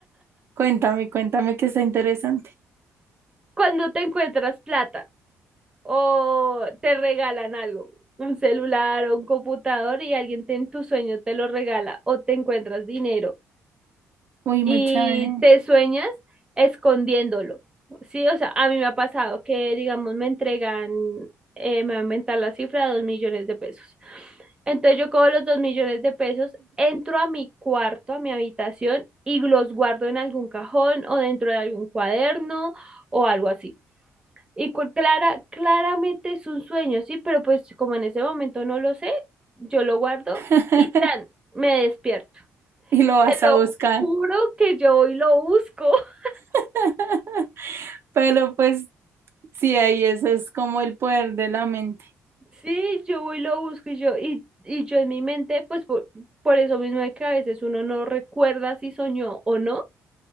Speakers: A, on the right; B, on the right.
A: Cuéntame, cuéntame que está interesante.
B: <laughs> cuando te encuentras plata. o te regalan algo, un celular o un computador y alguien te- en tu sueño te lo regala o te encuentras dinero
A: Uy, muy
B: y
A: Sí. chévere.
B: te sueñas escondiéndolo. Sí, o sea, a mí me ha pasado que, digamos, me entregan, eh, me va a inventar la cifra, dos millones de pesos. Entonces yo cojo los dos millones de pesos, entro a mi cuarto, a mi habitación y los guardo en algún cajón o dentro de algún cuaderno o algo así. Y cu- clara, claramente es un sueño, sí, pero pues como en ese momento no lo sé, yo lo guardo
A: <laughs>
B: y tan, me despierto.
A: Y lo vas
B: Te
A: a
B: lo
A: buscar.
B: juro que yo hoy lo busco. <laughs>
A: <laughs> Pero pues sí, ahí eso es como el poder de la mente.
B: Sí, yo voy y lo busco y yo, y, y yo en mi mente, pues por, por eso mismo de que a veces uno no recuerda si soñó o no,